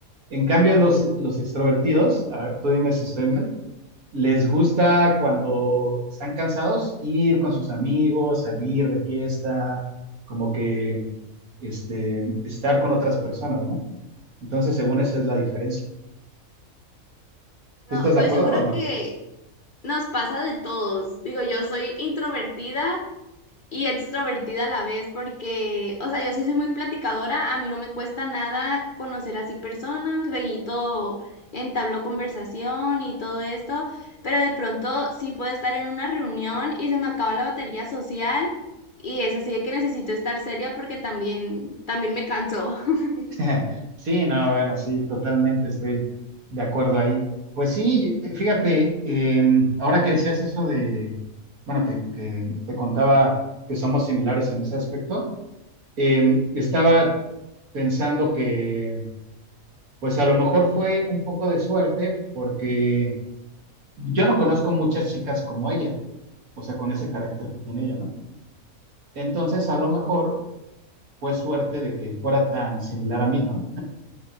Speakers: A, on the right; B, on the left.
A: En cambio, los, los extrovertidos, a ver, tú dime si estoy mal, les gusta cuando están cansados ir con sus amigos, salir de fiesta, como que este, estar con otras personas, ¿no? Entonces, según esa es la diferencia.
B: No,
A: ¿Tú estás
B: pues
A: de acuerdo
B: yo creo
A: o no?
B: que nos pasa de todos. Digo, yo soy introvertida y extrovertida a la vez, porque, o sea, yo sí soy muy platicadora, a mí no me cuesta nada conocer así personas, luego entabló conversación y todo esto, pero de pronto sí puedo estar en una reunión y se me acaba la batería social y es así de que necesito estar seria porque también, también me canso. <laughs>
A: <laughs> Sí, no, bueno, sí, totalmente estoy de acuerdo ahí. Pues sí, fíjate, eh, ahora que decías eso de, bueno, que, que te contaba que somos similares en ese aspecto, eh, estaba pensando que, pues a lo mejor fue un poco de suerte porque yo no conozco muchas chicas como ella, o sea, con ese carácter que tiene ella, ¿no? Entonces, a lo mejor fue suerte de que fuera tan similar a mí, ¿no?